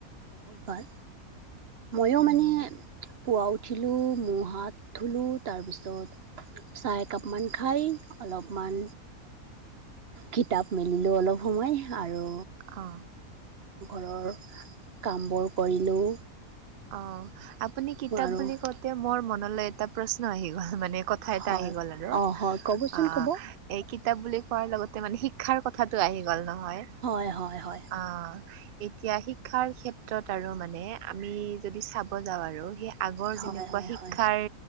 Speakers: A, on the right (about 50°); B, on the right (about 80°).
A: ভাল ময়ো
B: উম
A: মানে পুৱা উঠিলোঁ মু হাত ধুলোঁ তাৰপিছত চাহ একাপমান খায় অলপমান কিতাপ মেলিলো অলপ সময় আৰু
B: অ
A: ঘৰৰ কামবোৰ কৰিলোঁ
B: অ আপুনি কিতাপ
A: আৰু
B: বুলি কওঁতে মোৰ মনলৈ এটা প্ৰশ্ন আহি গল মানে কথা এটা
A: হয়
B: আহি গ'ল আৰু অ'।
A: অঁ হয় ক'বচোন ক'ব
B: এই কিতাপ বুলি কোৱাৰ লগতে মানে শিক্ষাৰ কথাটো আহি গ'ল নহয়।
A: হয় হয় হয়।
B: অ', এতিয়া শিক্ষাৰ ক্ষেত্ৰত আৰু মানে আমি যদি চাব- যাওঁ আৰু। সেই আগৰ
A: হয়
B: যেনেকুৱা
A: হয়
B: শিক্ষাৰ
A: হয় হয়